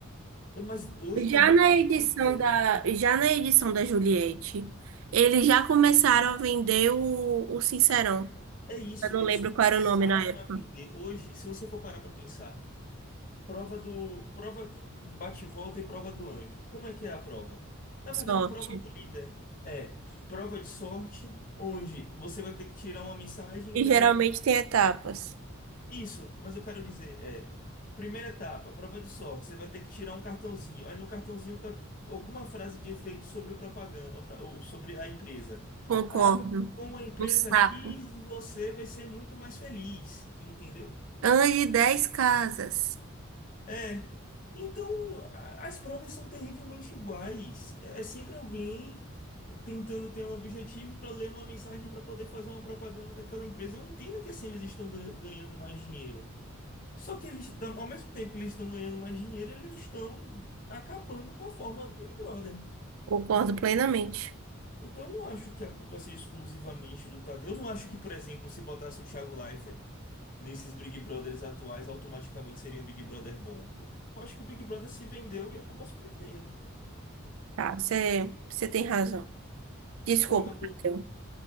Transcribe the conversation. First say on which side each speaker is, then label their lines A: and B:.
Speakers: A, on the left (about 40°); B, on the right (about 75°).
A: ver- Mas hoje
B: Já
A: está muito
B: na
A: pior,
B: edição
A: velho.
B: da, já na edição da Juliette, eles já começaram a vender o, o Sincerão.
A: É isso,
B: Eu não
A: eles
B: lembro
A: começaram
B: qual era o nome na época.
A: a vender. Hoje, se você for parar para pensar. Prova do. Prova bate e volta e prova do anjo. Como é que é a prova? Na
B: Sorte.
A: verdade, prova do líder. É prova de sorte, onde você vai ter que tirar uma mensagem
B: E
A: que
B: geralmente
A: é um.
B: tem etapas.
A: Isso, mas eu quero dizer, é. Primeira etapa, prova de sorte. Você vai ter que tirar um cartãozinho. Aí no cartãozinho tá alguma frase de efeito sobre o propaganda, pra- ou sobre a empresa.
B: Concordo.
A: Ah, com a empresa
B: Um saco.
A: X, você vai ser muito mais feliz, entendeu?
B: Ande dez casas.
A: É. Então, a- as provas são terrivelmente iguais. É é sempre alguém tentando ter um objetivo para ler uma mensagem para poder fazer uma propaganda daquela empresa. Eu entendo que assim eles estão gan- ganhando mais dinheiro. Só que eles, da- ao mesmo tempo que eles estão ganhando mais dinheiro, eles estão acabando com a fórmula do Big Brother.
B: Concordo plenamente.
A: Então, eu não acho que a culpa seja exclusivamente do Tadeu. Eu não acho que, por exemplo, se botasse o Thiago Leifert nesses Big Brothers atuais automaticamente seria um Big Brother bom. Eu acho que o Big Brother se vendeu e acabou se perdendo.
B: Tá, você você tem razão. Desculpa,
A: Prova do,
B: Matheus.